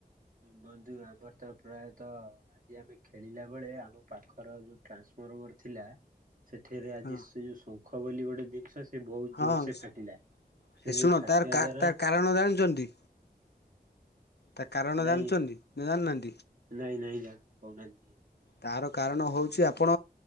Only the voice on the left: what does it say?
ହଁ
ହଁ
ଶୁଣ
ତାର
ତା କାରଣ ଜାଣିଛନ୍ତି ତା କାରଣ
ଜାଣିଛନ୍ତି ନା ଜାଣିନାହାନ୍ତି
ତାର କାରଣ ହଉଛି ଆପଣ